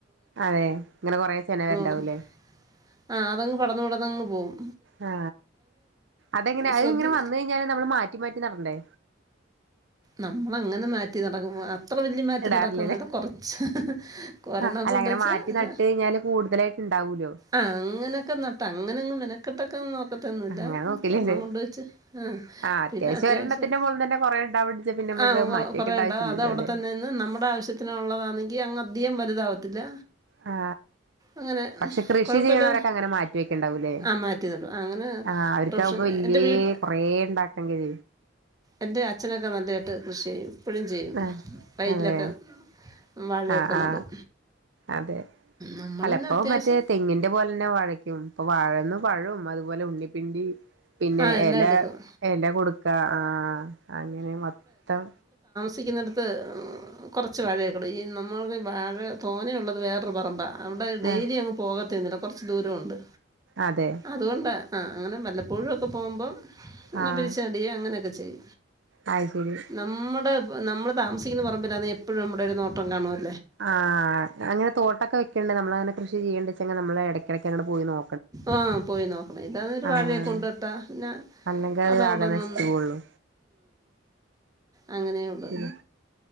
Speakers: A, on the right (about 65°); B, on the right (about 20°).
A: അതെ ഇങ്ങനെ കൊരെ ചെനവരുണ്ടാവൂല്ലേ
B: പടന്ന് ആ അതങ്ങ് പടന്ന് പടന്ന് അങ്ങ് പോകും
A: ആ അതെങ്ങനെ അത്
B: ശ്രദ്ധി
A: ഇങ്ങനെ വന്ന കഴിഞ്ഞാല് നമ്മള് മാറ്റി മാറ്റി നടണ്ടേ
B: നമ്മഅങ്ങനെ മാറ്റി നടക്കുമ അത്ര വലിയ മാറ്റി
A: ഇടാറില്ലല്ലേ
B: നടക്കുവന്നില്ല കൊറച്ച് കൊരണ്ണൊക്കെ
A: ആ അല്ല
B: കൊണ്ട്
A: അങ്ങനെ
B: വച്ച്
A: മാറ്റി
B: പിന്ന
A: നട്ട് കഴിഞ്ഞാല് കൂടുതലായിട്ട് ഇണ്ടാവൂലോ
B: ആ അങ്ങനെയൊക്കെ നട്ട അങ്ങനെങ്ങ് മെനക്കെട്ട <unintelligible> പക്കത്തൊന്നുംല്ല
A: അങ്ങനെ നോക്കില്ലല്ലേ
B: ഒർണം കൊണ്ട് വെച്ച് ആ
A: ആഹ്
B: പിന്നെ അത്യാവശ്യം
A: ഒരെണ്ണത്തിന്റെ മോളിൽ തന്നെ കൊറേ ഉണ്ടാവണ്ട്ച്ച പിന്നെ നമുക്ക്
B: ആ കൊ
A: മാറ്റിവെക്കേണ്ട
B: കൊറേണ്ട
A: ആവശ്യല്ലല്ലോ
B: അത് അവിടെ
A: അല്ലേ
B: തന്നെന്ന് നമ്മുടെ ആവശ്യത്തിന് ഉള്ളതാണെങ്കി അങ്ങ് അധികം വലുതാവത്തില്ല
A: ആ
B: അങ്ങനെ
A: പക്ഷേ കൃഷി
B: കുഴപ്പമില്ല
A: ചെയ്യണവരൊക്കെ അങ്ങനെ മാറ്റി വെക്ക്ണ്ടാവൂല്ലേ
B: ആ മാറ്റി നടും അങ്ങനെ
A: ആ അവർക്കാവുമ്പോ
B: പ്രൊഫഷൻ
A: വല്ല്യേ
B: എൻ്റെ വീട്ടിൽ
A: കൊറേ ഉണ്ടാക്കെങ്കിൽ
B: എന്റെ അച്ഛനൊക്കെ നല്ല ട്ട് കൃഷി ചെയ്യും ഇപ്പോഴും ചെയ്യും
A: ആ
B: വയലിലൊക്കെ
A: അതെ
B: വാഴയൊക്കെ
A: ആ ആ
B: നടും
A: അതെ
B: നമ്മൾ
A: അല്ലപ്പോ
B: പിന്നെ അത്യാവശ്യം
A: മറ്റേ തെങ്ങിന്റെ പോലെന്നെ വാഴക്കും അപ്പൊ വാഴന്ന് പഴവും അതുപോലെ ഉണ്ണിപ്പിണ്ടി പിന്നെ
B: ആ എല്ലാം
A: എല
B: എടുക്കും
A: എല കൊടുക്ക ആ അങ്ങനെ മൊത്തം
B: സിക്കുന്നിടത്ത് കുറച്ച് വാഴയൊക്കെള്ളു ഈ നമ്മൾക്ക് വാഴ തോനേ ഉള്ളത് വേറൊരു പറമ്പാണ് അവിടെ ഡെയിലി
A: ആഹ്
B: അങ്ങ് പോകത് <unintelligible> കുറച്ച് ദൂരോണ്ട്
A: അതെ
B: അതുകൊണ്ട ആ അങ്ങനെ വല്ലപ്പോഴും പ്പ പോകുമ്പോം <unintelligible>
A: ആഹ്
B: ച്ചടിയ അങ്ങനെയൊക്കെ ശെരി
A: അത് ശരി
B: നമ്മുടെ നമ്മൾ താമിക്കുന്നപറമ്പിലാന്നെഎപ്പോഴും നമ്മുടെ ഒരു നോട്ടം കാണുഅല്ലോ
A: ആഹ അങ്ങനെ തോട്ടൊക്കെ വെക്കണ്ടെനമ്മ നമ്മളങ്ങനെ കൃഷിചെയ്യേണ്ടെച്ച നമ്മളേടക്കെടക്കങ്ങട്ട് പോയി നോ
B: ആ പോയി നോക്കണം ഇതതേരുവാഴയെ
A: ആഹ്
B: കൊണ്ടുനട്ടാ പിന്നെ
A: അല്ലെങ്കിൽ അത്
B: അതവിടന്ന്
A: ആകെ നശിച്ചു പോവുള്ളൂ
B: അങ്ങനെയുള്ളു
A: ശരി